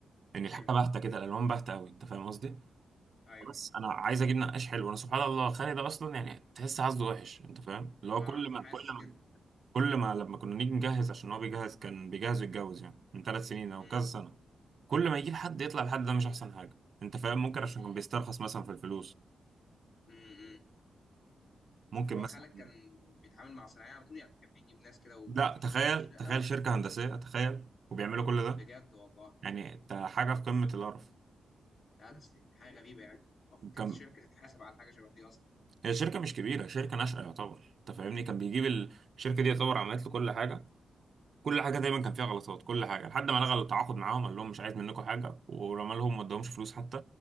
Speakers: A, on the right; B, on the left.
A: يعني
B: حلو
A: الحاجه باهته كده الالوان باهته قوي انت فاهم قصدي
B: ايوه
A: بس
B: ايوه.
A: انا عايز اجيب نقاش حلو انا سبحان الله خالي ده اصلا يعني تحس عزله وحش انت فاهم اللي هو
B: ما
A: كل
B: حاسس
A: ما كل
B: كده
A: ما كل ما لما كنا نيجي نجهز عشان هو بيجهز كان بيجهز يتجوز يعني من ثلاث سنين او
B: امم
A: كذا سنه كل ما يجيب حد يطلع الحد ده مش احسن حاجه انت فاهم ممكن عشان كان بيسترخص مثلا في الفلوس
B: امم
A: ممكن
B: هو
A: مثلا
B: خالك كان بيتعامل مع صناعيه على طول يعني كان بيجيب ناس كده ويخليهم
A: لا تخيل
B: يشتغلوا في الشقه
A: تخيل
B: ولا؟
A: شركة هندسية تخيل وبيعملوا كل ده
B: بجد والله
A: يعني انت حاجة في قمة القرف
B: لا تسليم حاجه غريبه يعني المفروض كانت
A: كان
B: الشركه تتحاسب على حاجه شبه دي اصلا
A: هي شركة مش كبيرة شركة ناشئة يعتبر انت فاهمني كان بيجيب
B: امم
A: ال- الشركة دي يعتبر عملت له كل حاجة كل حاجه دايما كان فيها غلطات كل حاجه لحد ما لغى التعاقد معاهم قال لهم مش عايز منكم حاجه ورمى لهم ما ادهمش فلوس حتى